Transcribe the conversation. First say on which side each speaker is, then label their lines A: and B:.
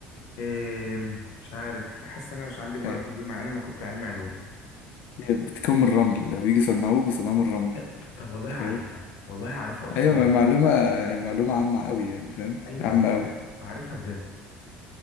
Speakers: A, on the left; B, on the left.
A: إيه مش عارف حاسس ان انا مش عندي المعلومة
B: آه،
A: دي مع ان انا كنت علمي علوم
B: هي بتكون من الرمل لما بيجي يصنعوه بيصنعوه من الرمل
A: لا، طب والله
B: فاهم
A: عارفها والله عارفها اقسم
B: ايوه ما-
A: بالله
B: معلومه معلومه عامه قوي يعني فاهم
A: ايوه
B: عامه
A: لا
B: قوي
A: عارفها بجد